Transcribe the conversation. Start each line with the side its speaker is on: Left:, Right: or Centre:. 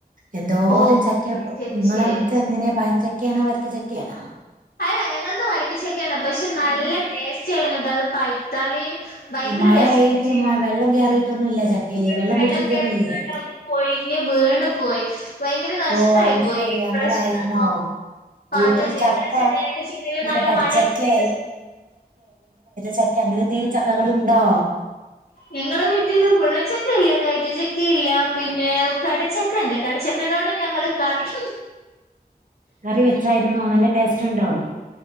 Right: എന്തോരം
Left: ഓ
Right: ചക്കെപ്പം
Left: ശരി
Right: നിങ്ങളവിടുത്തെ
Left: ശരി
Right: എങ്ങനെയ പയച ക്ക്യാണോ വരക്ക ചക്കെയാണോ
Left: അല്ല ഞങ്ങൾത് വരക്കച്ചക്കെയാണ് പക്ഷെ നല്ല
Right: ഓ
Left: ടേസ്റ്റ് ഏരുന്നുട്ട് അത് പഴ്ത്താല് ഭയങ്കര
Right: മഴയായിട്ട്
Left: ടേസ്റ്റ്
Right: മ വെള്ളം കേറിയിട്ടൊന്നുല്ല ചക്കയില്
Left: <inaudible>
Right: വെള്ളം
Left: വെള്ളംകേറി
Right: കുടിച്ചിട്ടൊന്നുല്ലേ
Left: കാണ്ടൊക്കെ പോയി പിന്നെ വീണ് പോയി ഭയങ്കര നഷ്ടായി
Right: ഓ അത്
Left: പോയി
Right: ശരി
Left: ഇപ്രാവശ്യത്തെ
Right: അങ്ങനെ ആയിരുന്നോ
Left: <inaudible>
Right: വീട്ടിൽ
Left: അതെ അതെ
Right: ചക്ക
Left: <unintelligible>
Right: അങ്ങനെ
Left: നല്ല
Right: കടിച്ചക്കെ
Left: മഴൊക്കെ <unintelligible>
Right: ചക്ക അങ്ങനെ എന്തേലും ചക്കകള് ണ്ടോ
Left: ഞങ്ങളെ വീട്ടില് മുള്ളൻ ചക്കയില്ല കൈതച ക്കില്ല പിന്നെ കടച്ചക്ക ഉണ്ട് കടച്ചക്കനോട് ഞങ്ങള് കറിയും
Right: കറി വെച്ചായിരുന്നോ നല്ല ടേസ്റ്റ് ഉണ്ടോ